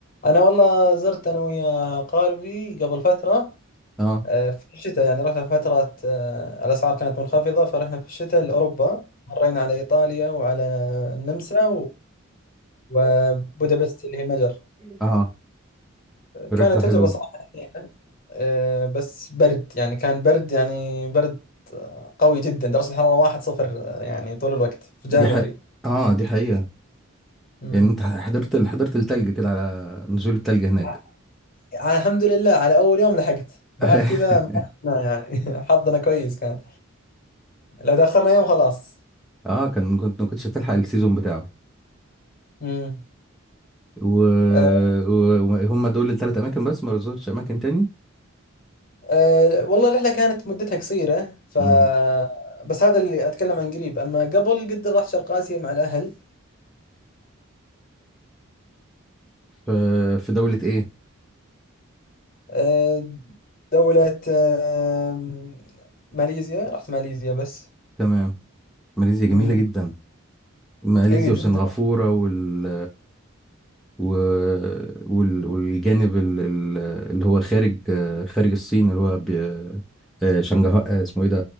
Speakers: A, on the left (about 40°); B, in the centre.
A: انا والله زرت انا ويا قاربي قبل فتره
B: اه
A: آه، في الشتاء يعني رحنا في فترة آه، الأسعار كانت منخفضة فرحنا في الشتاء لأوروبا مرينا على إيطاليا وعلى النمسا و- وبودابست اللي هي المجر
B: اه رحلة
A: كانت
B: حلوة
A: تجربة صراحة حزينة، آه، بس برد يعني كان برد يعني برد آه، قوي جدا درجة الحرارة واحد صفر آه، يعني طول الوقت في جانوري
B: دي ح... اه دي حقيقة
A: مم.
B: يعني انت حضرت حضرت التلج كده على نزول التلج هناك
A: ع- الحمد لله على أول يوم لحقت بعد
B: <laughs>
A: كذا ما رحنا يعني <laughs> حظنا كويس كان لو تأخرنا يوم خلاص
B: اه كان كنت ما كنتش هتلحق السيزون بتاعه
A: مم.
B: وهم
A: آه،
B: و... و- وهم دول الثلاث اماكن بس ما رزقتش اماكن تاني
A: أه والله الرحلة كانت مدتها قصيرة ف
B: امم
A: بس هذا اللي أتكلم عن قريب أما قبل قد رحت شرق آسيا مع الأهل
B: في في دولة ايه
A: أه دولة أه ماليزيا رحت ماليزيا بس
B: تمام ماليزيا جميلة
A: امم
B: جدا ماليزيا
A: أي جدا
B: وسنغافورة وال و... وال... والجانب ال... ال- اللي هو خارج خارج الصين اللي هو ب... آه، شنغهاي آه، اسمه ايه ده